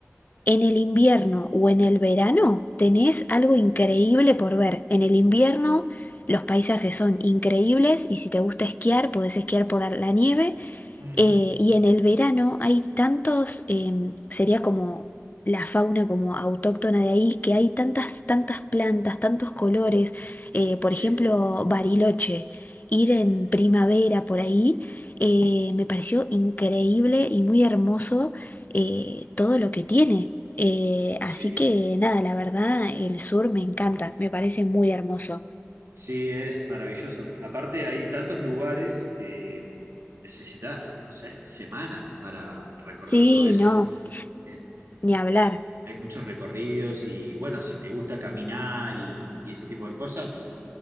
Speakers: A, on the left (about 35°); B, on the right (about 65°).
A: en el invierno o en el verano, tenés algo increíble por ver. En el invierno los paisajes son increíbles y si te gusta esquiar, podés esquiar por la nieve
B: Ujú.
A: eh, y en el verano hay tantos, em, sería como la fauna como autóctona de ahí, que hay tantas, tantas plantas, tantos colores. Eh, por
B: Sí,
A: ejemplo, Bariloche, ir
B: sí,
A: en primavera por ahí, eh, me pareció increíble y muy hermoso eh, todo lo que tiene. Eh, así
B: sí.
A: que nada, la verdad, el sur me encanta, me parece muy hermoso.
B: Sí, es maravilloso. Aparte, hay tantos lugares que necesitas, no sé, semanas para recorrer
A: Sí,
B: todo eso.
A: no,
B: Eh,
A: ni hablar.
B: eh, hay muchos recorridos y bueno, si te gusta caminar y, y ese tipo de cosas,